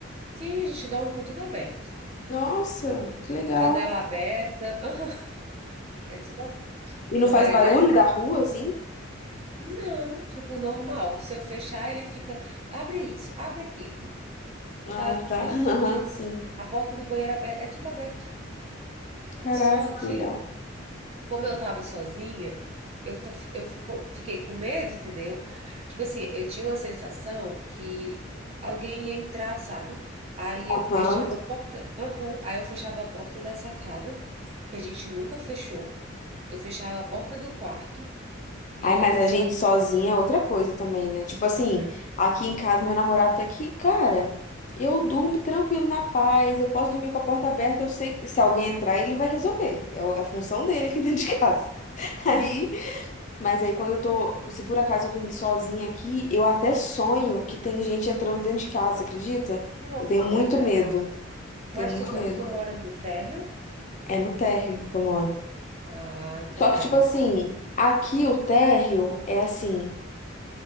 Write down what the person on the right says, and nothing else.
Sim, a gente dorme com tudo aberto.
Janela aberta, <laughs> é tudo aberto.
Meu
marido
é assim,
eu-
não, tipo, normal. Se eu fechar, ele fica. Abre isso, abre aquilo.
tá
abrindo
tu-
a porta do banheiro aberta, é tudo aberto.
Só que,
como eu tava sozinha, eu, ta- eu fico- fiquei com medo, entendeu? Tipo assim, eu tinha uma sensação que alguém ia entrar, sabe? Aí eu fechava
a porta, aham, aí eu fechava a porta da sacada, que a gente nunca fechou. Eu fechava a porta do quarto
e,
sabe?
Hum,
<laughs>
que loucura,
né?
Mas
tu, do-
tu mora no térreo?
Ah, então,
ah,
é no,